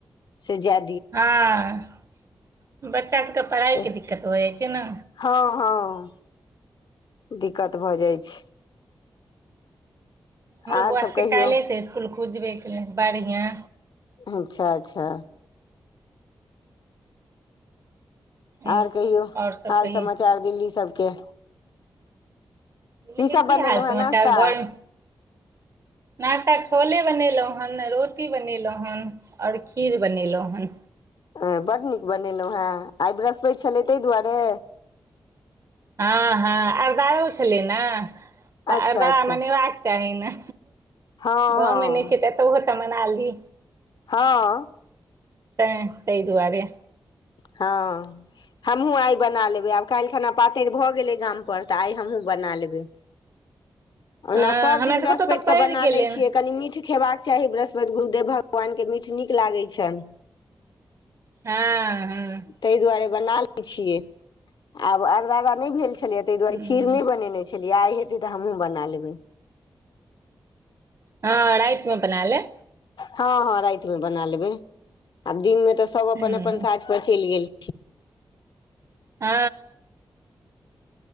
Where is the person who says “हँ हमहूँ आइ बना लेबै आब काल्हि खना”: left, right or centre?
Left